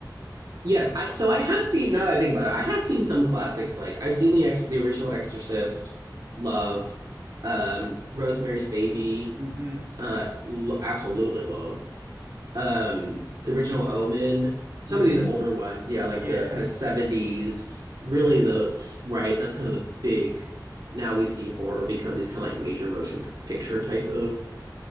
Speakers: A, on the right (about 60°); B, on the right (about 30°).
A: Yes, I so I have seen now that I think about it, I have seen some classics like I've seen the ex the original Exorcist, Love, um, Rosemary's Baby,
B: Mm-hmm.
A: uh lo absolutely love. Um, the original Omen, some
B: Mm-hmm.
A: of these older ones, yeah, like
B: Yeah,
A: the kind of 70s, really
B: yeah.
A: the right, that's kind of the big now we see horror become these kind of like major motion p- picture type of